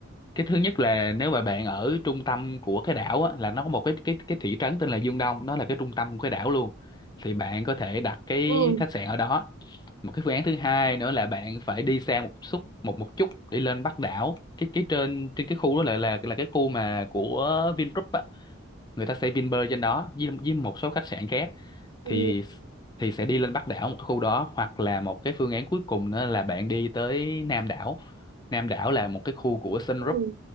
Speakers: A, on the left; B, on the right.
A: Cái thứ nhất là nếu mà bạn ở trung tâm của cái đảo á, là nó có một cái cái cái thị trấn tên là Dương Đông, nó là cái trung tâm của cái đảo luôn. Thì bạn có thể đặt cái
B: ừ.
A: khách sạn ở đó. Một cái phương án thứ hai nữa là bạn phải đi xa một chút một một chút để lên Bắc đảo. Cái cái trên trên cái khu đó là là là cái khu mà của Vingroup á người ta xây Vinpearl trên đó với, với một số khách sạn khác thì
B: Ừ.
A: thì sẽ đi lên Bắc đảo một cái khu đó hoặc là một cái phương án cuối cùng nữa là bạn đi tới Nam đảo Nam đảo là một cái khu của Sun
B: Ừ.
A: Group